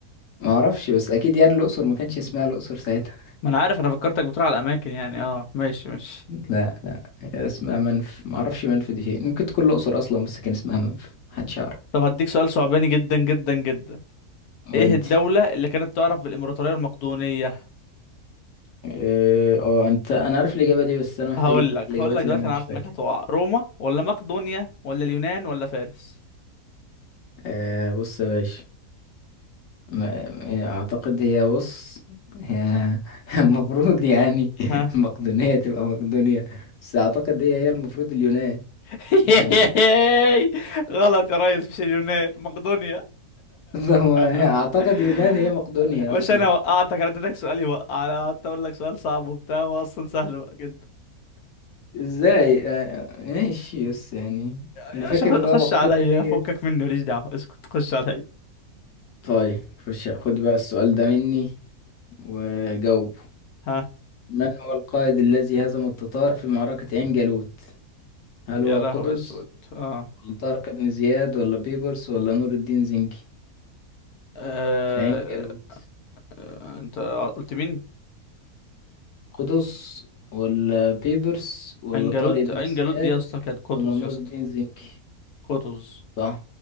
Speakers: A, on the left (about 60°); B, on the left (about 80°).
A: ما اعرفش بس اكيد يعني الاقصر ما كانش اسمها الاقصر ساعتها
B: ما انا عارف انا فكرتك بتقول على الاماكن يعني اه ماشي ماشي
A: <laughs> لا لا هي اسمها منف ما اعرفش منف دي فين ممكن تكون الاقصر اصلا بس كان اسمها منف محدش يعرف
B: طب هديك سؤال صعباني جدا جدا جدا ايه
A: ودي
B: الدولة اللي كانت تعرف بالامبراطورية المقدونية
A: اه آه، انت انا عارف الاجابه دي بس انا محتاج
B: هقول لك
A: الاجابات
B: هقول لك دلوقتي
A: لان انا
B: انا
A: مش
B: عارف
A: فاكر
B: انك هتقع روما ولا مقدونيا ولا اليونان ولا فارس
A: أه بص يا باشا ما- آه، اعتقد هي بص هي <laughs> المفروض يعني <laughs>
B: ها
A: مقدونيه تبقى مقدونيا بس اعتقد هي هي المفروض اليونان
B: <laughs>
A: يعني
B: غلط يا ريس مش اليونان مقدونيا
A: <laughs> هو اعتقد
B: <laughs>
A: يونان هي مقدونيا
B: مش
A: اصلا
B: انا وقعتك انا اديتك سؤال يوقع انا قعدت اقول لك سؤال صعب وبتاع هو اصلا سهل جدا
A: ازاي آه، آه، ماشي بس يعني اللي
B: يا باشا
A: فاكر
B: خ-
A: ان
B: خش
A: هو مقدونيا
B: عليا
A: دي
B: فكك مني ماليش دعوه اسكت خش عليا
A: طيب خش خد بقى السؤال ده مني وجاوب
B: ها
A: من هو القائد الذي هزم التتار في معركة عين جالوت؟ هل
B: يا
A: هو
B: لهو
A: قطز
B: اسود اه
A: ولا طارق بن زياد ولا بيبرس ولا نور الدين زنكي
B: آه،
A: في عين جالوت
B: انت قلت مين
A: قطز ولا بيبرس ولا
B: انجلوت
A: طارق بن
B: انجلوت
A: زياد
B: دي يا اسطى كانت قطز
A: ولا نور
B: يا اسطى
A: الدين زنكي
B: قطز
A: صح